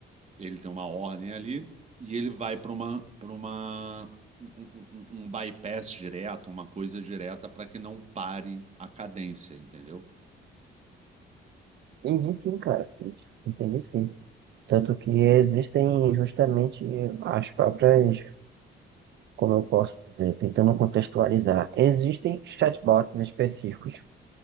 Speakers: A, on the right (about 35°); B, on the right (about 65°).
A: ele tem uma ordem ali e ele vai para uma, para uma um, um- um um bypass direto, uma coisa direta para que não pare a cadência, entendeu?
B: Entendi sim, cara. Isso. Entendi sim. Tanto que existem justamente as próprias, como eu posso dizer, tentando contextualizar, existem chatbots específicos.